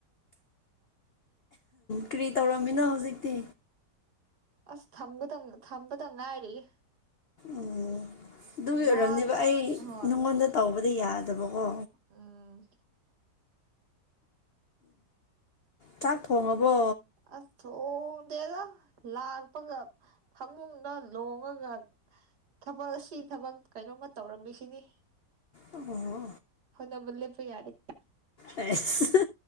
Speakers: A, on the left; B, on the right.
A: ꯀ꯭ꯔꯤ ꯇꯧꯔꯝꯃꯤꯅꯣ ꯍꯧꯖꯤꯛꯇꯤ
B: ꯑꯁ ꯊꯒꯗꯝ ꯊꯝꯕꯗ ꯉꯥꯏꯔꯤꯌ‌ꯦ
A: ꯎꯝ ꯑꯗꯨꯒꯤ ꯑꯣꯏꯔꯝꯅꯦꯕ
B: ꯃꯥꯗꯨꯁꯨ
A: ꯑꯩ
B: ꯍꯣꯏ
A: ꯅꯉꯣꯟꯗ ꯇꯧꯕꯗ ꯌꯥꯗꯕꯀꯣ
B: ꯎꯝ
A: ꯆꯥꯛ ꯊꯣꯡꯉꯕꯣ
B: ꯑꯁ ꯊꯣꯡꯗꯦꯗ ꯂꯥꯛꯄꯒ ꯐꯃꯨꯡꯗ ꯂꯣꯡꯉꯒ ꯊꯕꯛ ꯑꯁꯤ ꯊꯕꯛ ꯀꯩꯅꯣꯝꯃ ꯇꯧꯔꯝꯃꯤꯁꯤꯅꯤ
A: ꯑꯣ
B: ꯍ‌ꯣꯠꯅꯕ ꯂ‌ꯦꯞꯄ ꯌꯥꯗ‌ꯦ
A: ꯍꯩꯁ